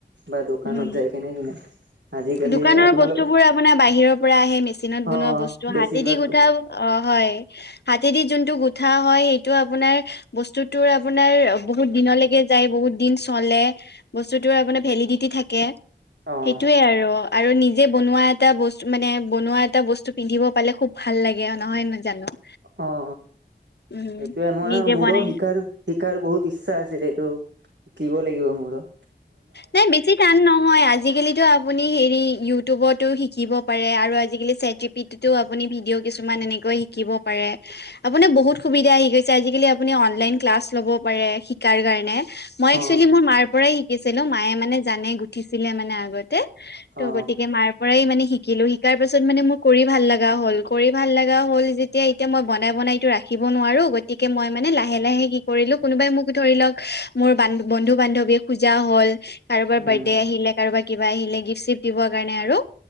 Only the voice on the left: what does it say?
হুম,
দোকানৰ
বস্তু বোৰ আপোনাৰ বাহিৰৰ পৰা আহে মেচিনত
বনোৱা বস্তু
হাতে দি গুঠা
অ' হয় হাতেদি যোনটো গুঠা হয় সেইটো আপোনাৰ বস্তুতো আপোনাৰ বহুত দিনলৈকে যায় বহুত দিন চলে বস্তুতো আপানাৰ ভেলিডিটি থাকে।
সেই আৰু, আৰু নিজে বনোৱা এটা বস্তু মানে বনোৱা এটা বস্তু পিন্ধিব পালে খুৱ ভাল লাগে নহয় জানো।
উম,
নিজে
বনাই
নাই বেছি টান নহয় আজিকালি আপুনি হেৰি ইউটিউবতো শিকিব পাৰে আৰু আজিকালি‌ চেট জীপীটি আপুনি ভিডিঅ' কিছুমান এনেক গৈ শিকিব পাৰে। আপুনি বহুত সুবিধা আহি গৈছে আজিকালি আপুনি অনলাইন ক্লাছ ল'ব পাৰে শিকাৰ কাৰণে। মই এক্চুৱেলি
মোৰ মাৰ পৰাই শিকিছিলো মায়ে মানে জানে গুঠিছিলে মানে আগত। <unintelligible>
গতিকে মাৰ পৰা পৰাই মানে শিকিলোঁ, শিকাৰ পাছত মানে মোৰ কৰি ভাল লগা হ'ল কৰি ভাল লগা হ'ল যে এতিয়া এতিয়া মই বনাই বনাইটো ৰাখিব নোৱাৰো গতিকে মই মানে লাহে লাহে কি কৰিলো কোনোবাই মোক ধৰি লওঁক মোৰ বান, বন্ধু পূজা হ'ল কাৰোবাৰ
বিৰ্থডা আহিলে কাৰোবাৰ কিবা আহিলে গিফ্ট চিফ্ট দিবৰ কাৰণে আৰু